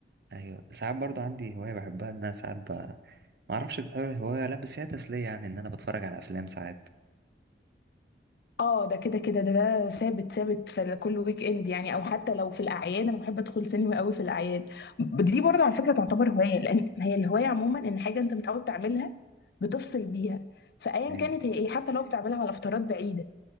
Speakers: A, on the right; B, on the left.
A: ايوه ساعات برضو عندي هوايه بحبها ان انا ساعات ب... ما اعرفش بتعمل هوايه ولا لا بس هي تسليه يعني ان انا بتفرج على افلام ساعات
B: اه ده كده كده ده ده ثابت ثابت في كل ويك اند يعني او حتى لو في الاعياد انا بحب ادخل سينما قوي في الاعياد دي برضه على فكره تعتبر هوايه لان هي الهوايه عموما ان حاجه انت متعود تعملها بتفصل بيها فايا
A: ايوه
B: كانت هي ايه حتى لو بتعملها على فترات بعيده